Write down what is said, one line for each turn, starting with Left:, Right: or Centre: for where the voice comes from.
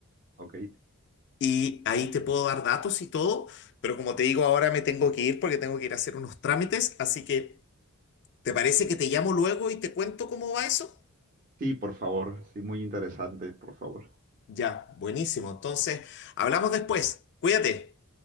Right: ok.
Left: Y ahí te puedo dar datos y todo, pero como te digo, ahora me tengo que ir porque tengo que ir a hacer unos trámites, así que... ¿Te parece que te llamo luego y te cuento cómo va eso?
Right: Sí, por favor, sí, muy interesante, por favor.
Left: Ya, buenísimo. Entonces, hablamos después. Cuídate.